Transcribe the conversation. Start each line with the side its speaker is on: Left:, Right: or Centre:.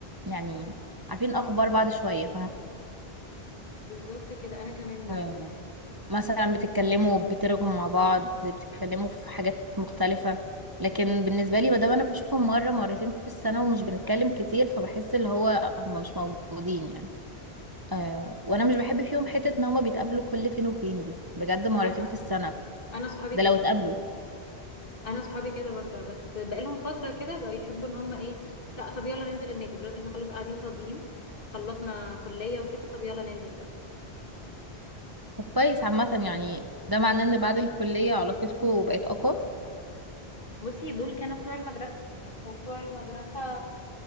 Right: يعني عارفين أخبار بعض شوية
Left: بالظبط كده انا كمان برضه
Right: فاهمة
Left: يعني
Right: مثلا بتتكلموا بترغوا مع بعض بتتكلموا في حاجات مختلفة لكن بالنسبة لي مادام أنا بشوفهم مرة مرتين في السنة ومش بنتكلم كتير فبحس اللي هو هما مش موجودين يعني آه وأنا مش بحب فيهم حتة إن هما بيتقابلوا كل فين وفين دي بجد مرتين
Left: انت عارفه
Right: في السنة
Left: انا صحابي
Right: ده
Left: كده
Right: لو اتقابلوا
Left: انا صحابي كده برضه بس بقالهم فتره كده بقوا يحبوا ان هم ايه لا طب يلا ننزل النادي دلوقتي احنا خلاص قاعدين فاضيين خلصنا كليه وكده طب يلا ننزل بقى
Right: طب كويس عامة يعني ده معناه إن بعد الكلية علاقتكم بقت أقوى
Left: بصي دول كانوا بتوع المدرسه وبتوع المدرسه